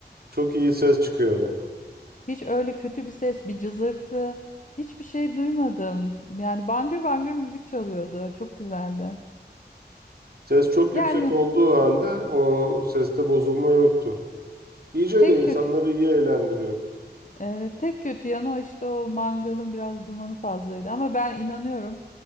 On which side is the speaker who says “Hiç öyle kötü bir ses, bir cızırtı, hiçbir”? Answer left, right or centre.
Left